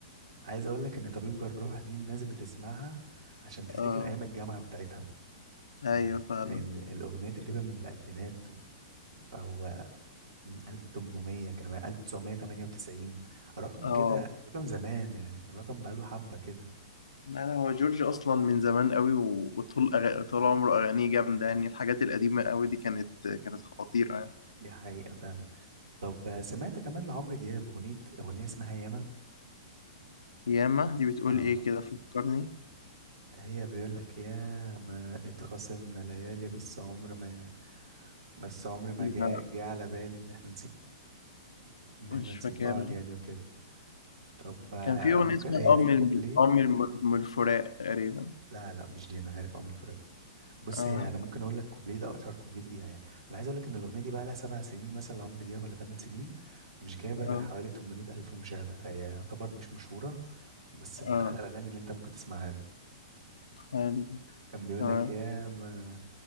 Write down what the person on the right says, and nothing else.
عايز أقول لك إن طبيب جراح دي الناس بتسمعها عشان تفتكر
أيام الجامعة بتاعتها
يعني
لأن الأغنية تقريبا من الألفينات فهو من 1800 كمان 1998 رقم
كده رقم زمان يعني رقم بقاله حبة كده
دي حقيقة فعلا طب سمعت كمان لعمرو دياب أغنية أغنية اسمها ياما
اه
هي بيقول لك يا ما اتخاصمنا ليالي بس عمر ما بس عمر ما
جاء جه على بالي ان احنا نسيب ان احنا
نسيب
بعض يعني وكده طب آه،
ممكن
هي
في كوبليه
لا لا مش دي انا عارف ام الفراق بص
هي انا ممكن اقول لك كوبليه ده اشهر كوبليه فيها يعني انا عايز اقول لك ان الاغنيه دي بقى لها سبع سنين مثلا لعمرو دياب ولا ثمان سنين مش جايبه
غير حوالي 800 الف مشاهده فهي يعتبر مش مشهوره بس من
احلى الاغاني اللي انت ممكن تسمعها له
كان بيقول
لك يا ما